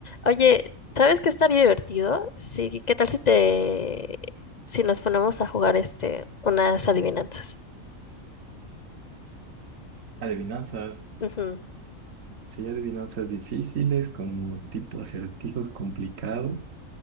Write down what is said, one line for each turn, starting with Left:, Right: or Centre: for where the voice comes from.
Left: Oye, ¿sabes qué estaría divertido? Sí, ¿qué tal si te, si nos ponemos a jugar este, unas adivinanzas?
Right: Adivinanzas.
Left: Ujú.
Right: ¿sí? adivinanzas difíciles, como tipo acertijos complicados,